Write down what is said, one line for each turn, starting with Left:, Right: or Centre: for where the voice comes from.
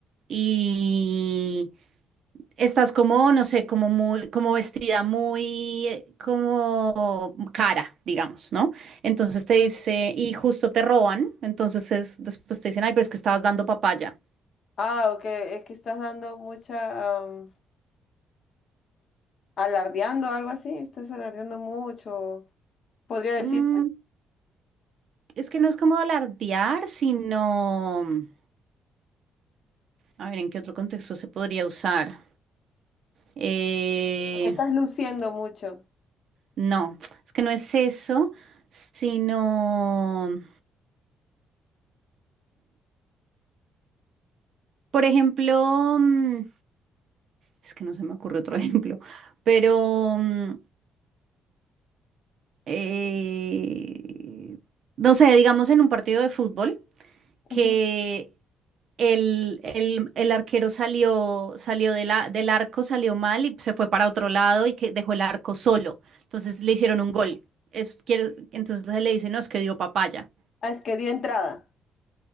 Right: y estás como, no sé, como muy, como vestida muy, eh, como cara, digamos, ¿no? Entonces te dice,
Left: Ah,
Right: y justo te roban, entonces es- después te dicen, ay, pero es que estabas dando papaya.
Left: Ah, ok, es que estás dando mucha, am, alardeando, algo así. Estás alardeando mucho. Podría decir,
Right: Mm, es que no es como alardear, sino, a ver, ¿en qué otro contexto se podría usar? Eh,
Left: porque estás luciendo mucho.
Right: no, es que no es eso, sino... Por ejemplo, mm, es que no se me ocurre otro <laughs> ejemplo, pero mm, eh, no sé, digamos en un partido de fútbol que
Left: Ujú.
Right: el, el- el arquero salió, salió de la- del arco, salió mal y se fue para otro lado y que dejó el arco solo. Entonces le hicieron un gol. Es- quiere- entonces le dice, no, es que dio papaya.
Left: Ah, es que dio entrada.